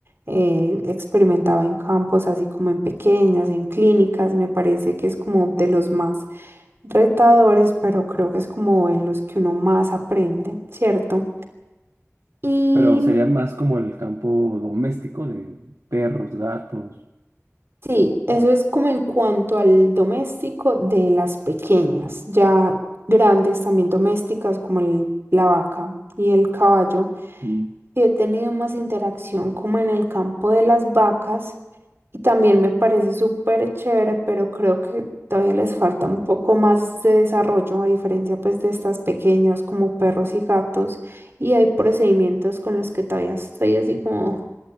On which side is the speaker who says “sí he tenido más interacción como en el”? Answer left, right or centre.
Right